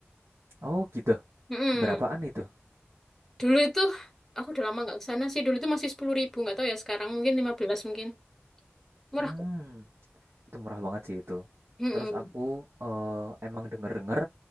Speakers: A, on the right; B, in the centre.
A: Oh gitu.
B: Mm-mm.
A: Berapaan itu?
B: Dulu itu aku udah lama nggak ke sana sih. Dulu itu masih sepuluh ribu nggak tahu ya sekarang mungkin 15 mungkin. Murah
A: Hmm.
B: kok.
A: Itu murah banget sih itu.
B: Mm-mm.
A: Terus aku eh, emang denger-denger